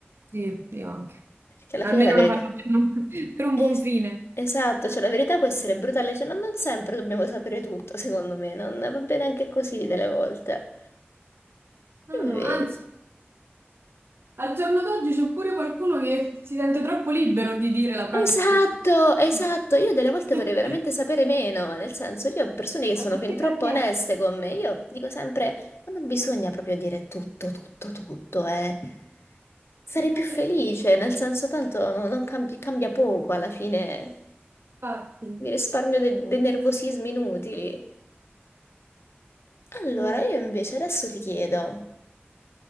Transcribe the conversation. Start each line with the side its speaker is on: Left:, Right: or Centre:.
Right: sì, io anche.
Left: perché alla
Right: Almeno
Left: fine la verità...
Right: lo fanno per un, <laughs> per un
Left: es-
Right: buon fine.
Left: esatto, cioè la verità può essere brutale, cioè non, non sempre dobbiamo sapere tutto, secondo me, non va bene anche così delle volte.
Right: No,
Left: Invece,
Right: no, anzi, al giorno d'oggi c'è pure qualcuno che si sente troppo libero di dire la propria
Left: Esatto,
Right: espressione.
Left: esatto.
Right: Quindi...
Left: Io delle volte
Right: <laughs>
Left: vorrei veramente sapere meno, nel senso, io ho persone che
Right: Cioè,
Left: sono
Right: ma
Left: fin
Right: chi
Left: troppo
Right: ti ha chiesto?
Left: oneste con me. Io dico sempre, ma non bisogna proprio dire tutto, tutto, tutto, eh. Sarei
Right: <laughs>
Left: più felice, nel senso, tanto no- non cambi- cambia poco alla fine.
Right: Infatti.
Left: Mi risparmio de- dei nervosismi inutili. Allora,
Right: Mm,
Left: io invece adesso ti chiedo,